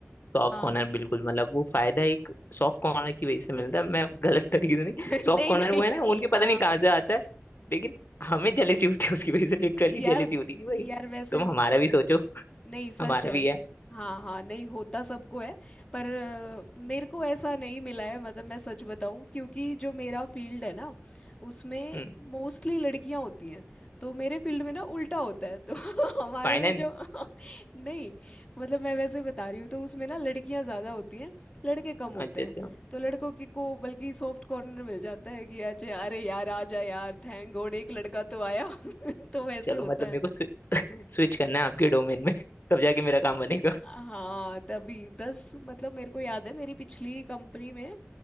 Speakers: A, on the left; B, on the left.
A: सॉफ्ट
B: हाँ
A: कॉर्नर बिल्कुल मतलब वो फायदा एक सॉफ्ट कॉर्नर
B: <laughs>
A: की वजह से मिलता है मैं गलत तरीके से नहीं
B: नहीं
A: सॉफ्ट कॉर्नर
B: नहीं
A: वो है ना उनके पता
B: हाँ
A: नहीं कहाँ से आता है लेकिन हमें जेलेसी होती है उसकी वजह से लिटरली
B: यार
A: जेलेसी होती है कि भाई
B: यार वैसे
A: तुम
B: इस,
A: हमारा भी हम्म। सोचो
B: नहीं सच
A: हमारा
B: है
A: भी है
B: हाँ हाँ नहीं होता सबको है पर अ, मेरे को ऐसा नहीं मिला है मतलब मैं सच बताऊं क्योंकि जो मेरा फील्ड है ना उसमें
A: हम्म
B: मोस्टली लड़कियां होती हैं तो मेरे फील्ड में ना उल्टा होता है तो <laughs> हमारे
A: फाइनेंस
B: में जो <laughs> नहीं मतलब मैं वैसे बता रही हूँ तो उसमें ना लड़कियां ज़्यादा होती हैं लड़के कम होते
A: अच्छा
B: हैं
A: अच्छा
B: तो लड़कों की को बल्कि सॉफ्ट कॉर्नर मिल जाता है कि अच्छा अरे यार आ जा यार थैंक गॉड एक लड़का तो आया <laughs> तो वैसे
A: चलो
B: होता
A: मतलब
B: है
A: मेरे को स्विच <laughs> करना है आपके डोमेन में तब जाके मेरा काम बनेगा
B: हाँ तभी दस मतलब मेरे को याद है मेरी पिछली कंपनी में